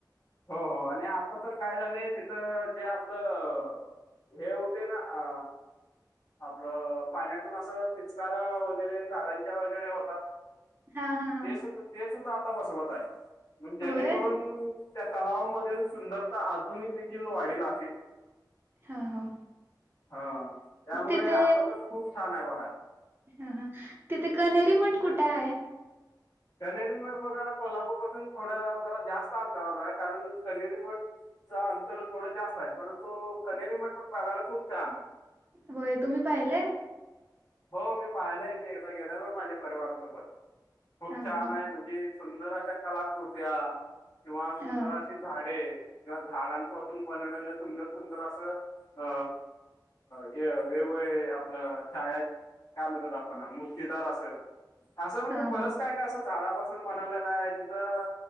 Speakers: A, on the left; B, on the right.
A: हो हो आणि आता तर काय झालेय तिथं जे आपलं हे होते ना अ आपलं पाण्यातून असं फिचकार वगैरे कारंजा वगैरे होतात.
B: हा हा हा
A: ते सुद्धा ते सुद्धा आता बसवत आहे म्हण जेणेकरून
B: होय
A: त्या तलावामधील सुंदरता अजूनही देखील वाढेल असे.
B: हा हा
A: हा त्यामुळे
B: तिथे
A: आता तर खूप छान आहे बघायला.
B: ह ह तिथे कनेरी मठ कुठे आहे?
A: कनेरीमठ बघा कोल्हापूरपसून थोड्या जरा जास्त अंतरावर आहे कारण कनेरीमठ च अंतर थोडं जास्त आहे परंतु कनेरीमठ पण बघायला खूप छान आहे.
B: होय तुम्ही पाहिलय?
A: हो मी पाहिलंय मी एकदा गेलेलो माझ्या परिवारासोबत, खूप
B: हा
A: छान
B: हा
A: आहे म्हण जे सुंदर अशा कलाकृत्या, किंवा सुंदर
B: हा
A: अशी झाडे, किंवा झाडांपोसून बनवलेलं सुंदर सुंदर असं अ, हे वेगवेगळे आपलं छाया काय म्हणतात आपण मूर्तीदार असं, असं म्हणजे
B: हा
A: बरंच
B: हा
A: काय काय असं झाडापसून बनवलेला आहे तिथं.